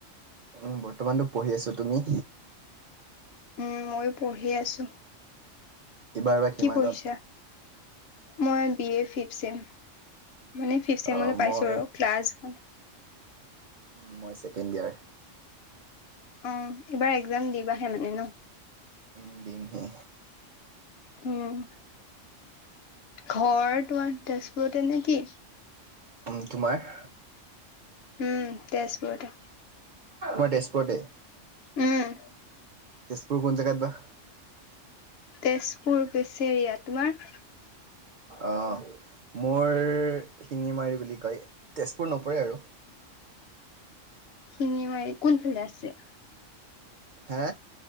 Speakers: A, on the right; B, on the left.
A: উম, বৰ্তমানটো পঢ়ি আছো তুমি?
B: উম, মই পঢ়ি আছো
A: এইবাৰ বা কিমানত?
B: কি পঢ়িছা? মই বি এ ফিফ ছেম মানে ফিফ ছেমলে
A: অ
B: পাইছো
A: মই
B: আৰু ক্লাছ। <unintelligible>
A: উম, মই ছেকেণ্ড ইয়াৰ।
B: উম, এইবাৰ একজাম দিবাহে মানে ন'?
A: উম, দিমহে।
B: উম, ঘৰ তোমাৰ তেজপুৰতে নেকি?
A: উম, তোমাৰ?
B: উম, তেজপুৰতে।
A: মই তেজপুৰতে।
B: উম।
A: তেজপুৰ কোন জেগাত বা?
B: তেজপুৰ পেচেৰিয়া তোমাৰ?
A: অহ, মোৰ শিঙিমাৰী বুলি কয় তেজপুৰ নপৰে আৰু।
B: শিঙি মাৰি কোনফালে আছে?
A: হে?